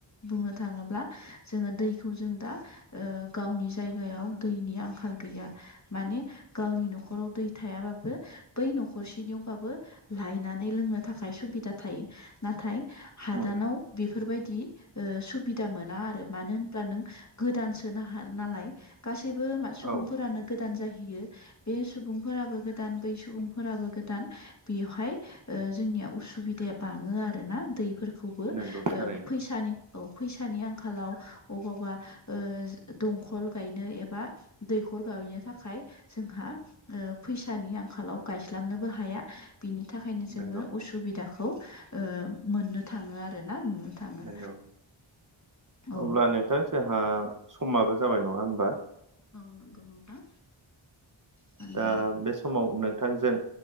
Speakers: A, on the left; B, on the right.
A: बुंनो थांङोब्ला जोंङो दैखौ जों दा ओ गावनि जायगायाव दैनि आंखाल गैया माने गावनि न'खराव दै थायाबाबो बै न'खरसेनियावबाबो लायनानै लोंनो थाखाय सुबिदा थायो नाथाय हादानाव
B: उम
A: बेफोरबायदि ओ सुबिदा मोना आरो मानो होन नों गोदानसोनो हा नालाय गासैबो सुबुंफोरानो
B: औ
A: गोदान जाहैयो बे सुबुंफोराबो गोदान बै सुबुंफोराबो गोदान बेवहाय ओ जोंनिया उसुबिदाया बाङो आर ना दैफोरखौबो ओ
B: नंगौ थारैनो
A: फैसानि औ फैसानि आंखालाव अबावबा ओ दंखल गायनो एबा दैखर गायहैनो थाखाय जोंहा फैसानि ओ आंखालाव गायस्लाबनोबो हाया बिनि थाखायनो जोङो
B: नंगौ
A: उसुबिदाखौ ओ मोननो थाङो आर नुनो थाङो
B: नंगौ
A: औ
B: अब्ला नोंथोर जोंहा समाबो जाबाय नङा होमबा
A: औ नंगौ नोंथां मानो
B: दा बे समाव नोंथांजों